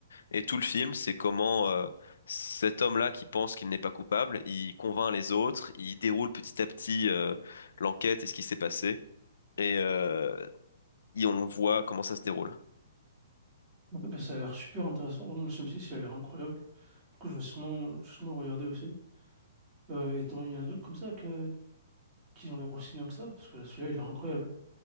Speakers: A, on the left; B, on the right.
A: Et tout le film, c'est comment, euh, cet homme-là qui pense qu'il n'est pas coupable, il convainc les autres, il déroule petit à petit, euh, l'enquête et ce qui s'est passé, et, euh, et on voit comment ça se déroule.
B: Ok, bah, ça a l'air super intéressant. Vraiment, le Sum 6, il a l'air incroyable. Du coup, je vais sûrement, je vais sûrement le regarder aussi. Euh, et t'en- il y en a d'autres comme ça que, qui ont l'air aussi bien que ça, parce que celui-là, il a l'air incroyable.